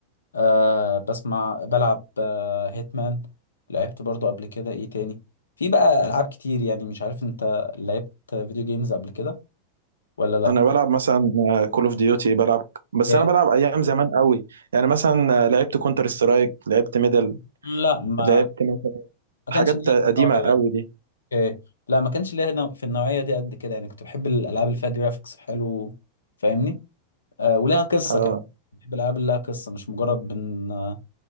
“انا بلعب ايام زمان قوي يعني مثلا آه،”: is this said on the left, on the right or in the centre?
Right